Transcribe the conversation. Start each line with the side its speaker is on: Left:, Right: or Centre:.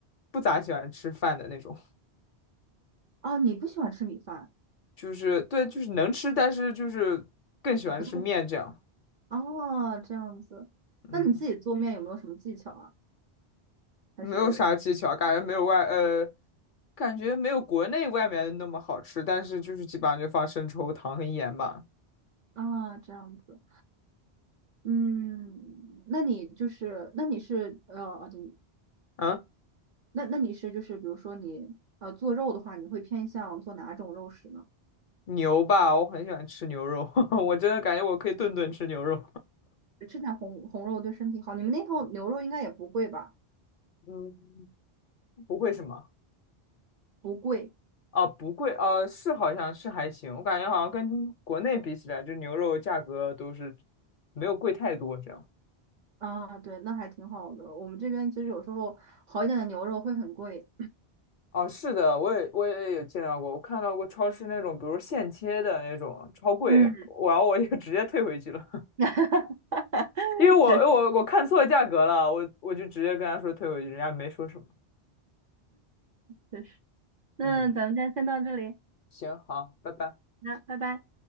Left: 不咋喜欢吃饭的那种，
Right: 啊，你不喜欢吃米饭，
Left: 就是对，就是能吃，但是就是更喜欢吃面这样。
Right: 不太哦，这样子，
Left: 嗯，
Right: 那你自己做面有没有什么技巧啊？
Left: 没有啥技巧，
Right: 还是
Left: 感觉没有外呃，感觉没有国内外面那么好吃，但是就是基本上就放生抽、糖和盐吧。
Right: 啊，这样子。嗯，那你就是，那你是呃，哦对
Left: 嗯
Right: 那那你是就是比如说你呃做肉的话，你会偏向做哪种肉食呢？
Left: 牛吧，我很喜欢吃牛肉，<laughs> 我真的感觉我可以顿顿吃牛肉。
Right: 吃点红红肉对身体好。你们那头牛肉应该也不贵吧？
Left: <laughs> 嗯，不会什么？
Right: 不贵
Left: 啊，不贵，呃，是好像是还行，我感觉好像跟国内比起来，就牛肉价格都是没有贵太多这样。
Right: 啊，对，那还挺好的。我们这边其实有时候好一点的牛肉会很贵。
Left: 哦，是的，我也我也有见到过，我看到过超市那种，比如现切的那种，超贵，
Right: 嗯，
Left: 然后我就 <laughs> 直接退回去了，
Right: <laughs>
Left: <laughs>
Right: 确实
Left: 因为我我我看错价格了，我我就直接跟他说退回去，人家没说什么。
Right: 确实。那咱们今天先到这里，
Left: 嗯，行，好，拜拜。
Right: 那拜拜。